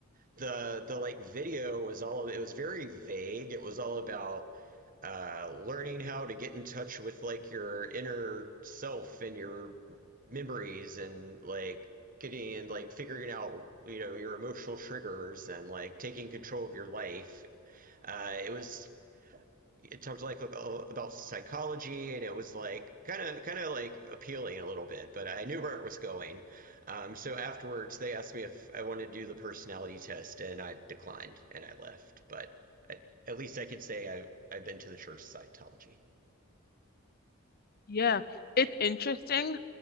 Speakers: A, on the right; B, on the left.
A: the the like video was all it was very vague. It was all about uh, learning how to get in touch with like your inner self and your memories and like getting and like figuring out you know your emotional triggers and like taking control of your life. Uh, it was it talked like like, oh, about psychology and it was like kind of kind of like appealing a little bit but i knew where it was going um, so afterwards they asked me if i wanted to do the personality test and i declined and i left but at, at least i can say I've, I've been to the church of scientology
B: Yeah, it's interesting.